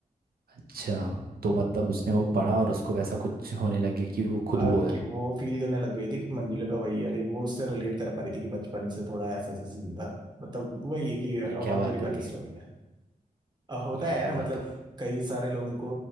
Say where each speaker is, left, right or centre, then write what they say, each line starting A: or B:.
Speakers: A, on the right; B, on the right.
A: अच्छा तो मतलब उसने वो पढ़ा और उसको वैसा कुछ होने लग गया कि वो खुद
B: आ,
A: वो है
B: कि वो फील करने लग गई थी कि मंजुला का वही है लाइक वो उससे रिलेट कर पा रही थी कि बचपन से थोड़ा ऐसा ऐसा सीन था मतलब वही है कि अ,
A: ये क्या
B: मंजुलिका
A: बात हुई
B: की स्टोरी है अ, होता
A: ये
B: है
A: क्या
B: यार
A: बात
B: मतलब कई सारे लोगों को